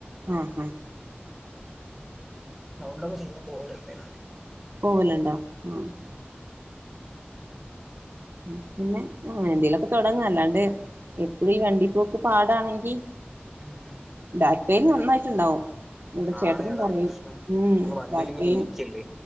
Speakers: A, on the right; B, in the centre.
A: ആഹ ഹഹ
B: സൗണ്ടൊക്കെ ചെയ്യാൻ <unintelligible>
A: പോവലുണ്ടോ ഉ
B: ഉം
A: ഉം പിന്നെ അങ്ങനെ എന്തേലുംൊക്കെ തുടങ്ങല്ലാണ്ട് എപ്പഴും ഈ വണ്ടി പോക്ക് പാടാണെങ്കി
B: ഉം
A: ബാക്ക് പെയിൻ നന്നായിട്ടുണ്ടാവും. ഇവിടെ ചേട്ടനും
B: ആണ് ഏതാാണ്
A: പറയും
B: പ്രശ്നം
A: ഉം
B: നി വണ്ടിൽിങ്ങനെ
A: ബാക്ക് പെയിൻ
B: ഇരിക്കല്ലേ